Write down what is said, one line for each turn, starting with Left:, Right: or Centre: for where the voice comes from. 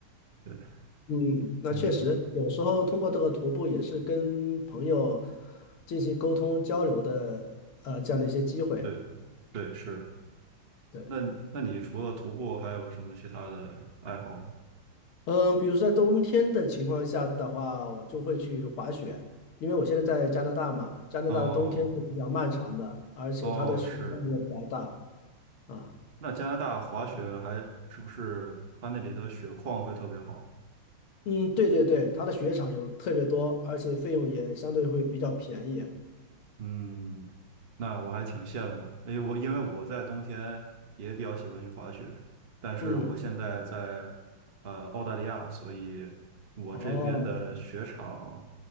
Right: 对，
Left: 嗯，那确实，
Right: 嗯，
Left: 有时候通过这个徒步也是跟朋友进行沟通交流的，呃，这样的一些机会。
Right: 对对是。
Left: 对，
Right: 那那你除了徒步还有什么其他的爱好吗？
Left: 嗯，比如说在冬天的情况下的话，我就会去滑雪，因为我现在在加拿大嘛，加拿大的冬天是比较漫长的，
Right: 哦
Left: 而且它的雪量也比较大
Right: 哦是。
Left: 啊。
Right: 那加拿大滑雪还是不是它那里的雪况会特别好？
Left: 嗯，对对对，它的雪场有特别多，而且费用也相对会比较便宜。
Right: 嗯，那我还挺羡慕的，因为我因为我在冬天也比较喜欢去滑雪，但是我现在在
Left: 嗯，
Right: 呃澳大利亚，所以我这边的雪场
Left: 哦，